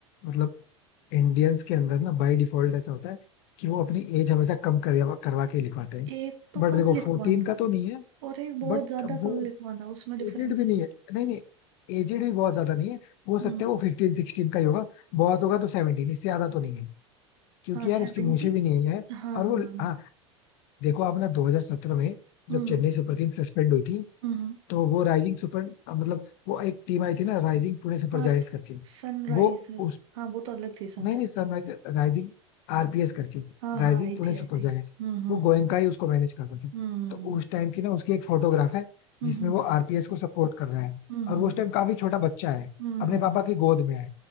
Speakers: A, on the left (about 55°); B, on the right (about 70°).
A: मतलब इंडियंस के अंदर ना बाय डिफॉल्ट ऐसा होता है कि वो अपनी एज हमेशा कम करवा करवा के ही लिखवाते हैं
B: एक तो
A: बट
B: कम
A: देखो
B: लिखवाना
A: फोर्टीन का तो नहीं है
B: और एक बहुत
A: बट
B: ज्यादा
A: वो
B: कम लिखवाना उसमें डिफरेंस
A: एजेड भी नहीं है नहीं नहीं एजेड भी बहुत ज्यादा नहीं है हो सकता
B: हम्म
A: है वो फिफ्टीन सिक्सटीन का ही होगा बहुत होगा तो सेवनटीन इससे ज्यादा तो नहीं है क्योंकि
B: हाँ सेवनटीन
A: यार उसकी मूछें भी नहीं है
B: हाँ
A: और
B: हाँ
A: वो
B: हाँ।
A: हाँ देखो आपने 2017 में
B: हम्म
A: जब चेन्नई सुपर किंग्स सस्पेंड हुई थी
B: हम्म
A: तो वो राइजिंग सुपर मतलब वो एक टीम आई थी ना राइजिंग पुणे सुपर
B: हाँ
A: जायंट्स
B: सनराइजर्स
A: करके वो उस
B: हाँ वो तो अलग थी सनराइजर्स
A: नहीं नहीं सर मैं राइजिंग आरपीएस करके
B: हाँ
A: राइजिंग
B: हाँ आई
A: पुणे
B: थी
A: सुपर
B: आई थी
A: जायंट्स
B: हम्म हम्म
A: वो गोयनका ही उसको मैनेज करता था
B: हम्म
A: तो उस टाइम की ना उसकी एक फोटोग्राफ है
B: हम्म
A: जिसमें
B: हम्म
A: वो आरपीएस को सपोर्ट कर रहा है
B: हम्म
A: और वो उस टाइम काफी छोटा बच्चा है
B: हम्म,
A: अपने
B: हम्म।
A: पापा की गोद में है